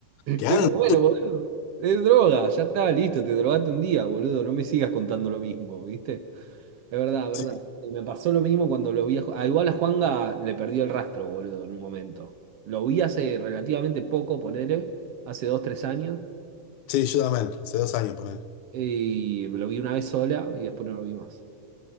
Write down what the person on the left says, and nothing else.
quedaron.
Sí,
sí, yo también, hace dos años, él.